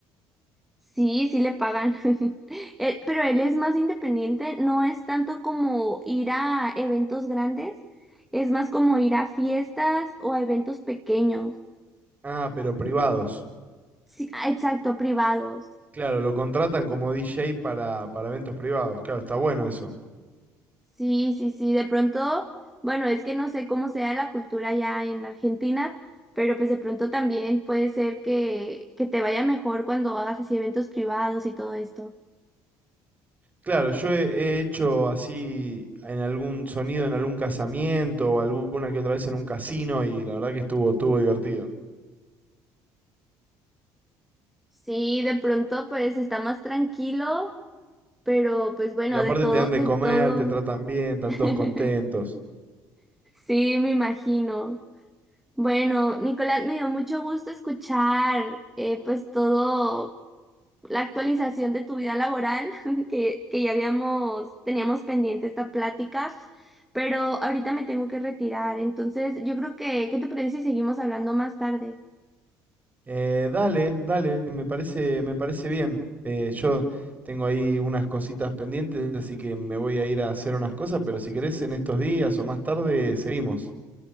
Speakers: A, in the centre; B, on the right.
A: Sí, sí le pagan. <laughs> Eh, Pero él es más independiente, no es tanto como ir a eventos grandes, es más como ir a fiestas o a eventos pequeños.
B: Ah, pero privados.
A: Sí, ah, exacto, privados.
B: Claro, lo contratan como DJ para, para eventos privados. Claro, está bueno eso.
A: Sí, sí, sí, de pronto, bueno, es que no sé cómo sea la cultura ya en Argentina, pero pues de pronto también puede ser que, que te vaya mejor cuando hagas así eventos privados y todo esto.
B: Claro, yo he, he hecho así en algún sonido, en algún casamiento o alguna que otra vez en un casino y la verdad que estuvo, estuvo divertido.
A: Sí, de pronto pues está más tranquilo Pero pues bueno,
B: Y aparte
A: de todo,
B: te dan de
A: de
B: comer,
A: todo.
B: te tratan bien, están
A: <laughs>
B: todos contentos.
A: Sí, me imagino. Bueno, Nicolás, me dio mucho gusto escuchar eh, pues todo la actualización de tu vida laboral, <laughs> que, que ya habíamos, teníamos pendiente esta plática, pero ahorita me tengo que retirar. Entonces, yo creo que, ¿qué te parece si seguimos hablando más tarde?
B: Eh, dale, dale, me parece, me parece bien. Eh, yo tengo ahí unas cositas pendientes, así que me voy a ir a hacer unas cosas, pero si querés en estos días o más tarde, seguimos.